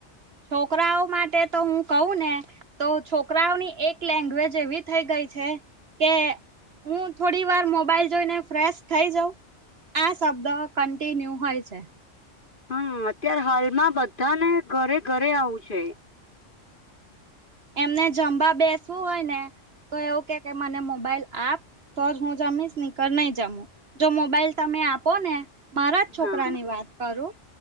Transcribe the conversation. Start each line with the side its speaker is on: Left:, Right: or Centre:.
Right: છોકરાઓ માટે તોહું કહુંને તો છોકરાઓની એક લેંગ્વેજ એવી થઈ ગઈ છે, કે હું થોડીવાર મોબાઈલ જોઈને ફ્રેશ થઈ જાઉં આ શબ્દ કન્ટિન્યુ હોય છે
Left: હું અત્યારે હાલમાં બધા ને ઘરે ઘરે આવું છે,
Right: એમને જમવા બેસવું હોય ને તો એવું કે કે મને મોબાઈલ આપ તોજ હું જમીશ નીકર નહી જમું જો મોબાઈલ તમે આપોને મારા જ છોકરાની
Left: હા
Right: વાત કરું